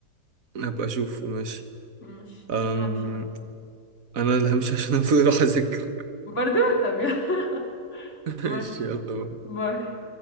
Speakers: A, on the right (about 50°); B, on the left (about 40°).
A: هبقى اشوفه ماشي
B: ماشي
A: أم...
B: لازم أمشي بقى
A: انا اللي همشي عشان افضل اروح اذاكر
B: برضو طب يلا <laughs>
A: <laughs>
B: ماشي
A: ماشي يلا بقى.
B: باي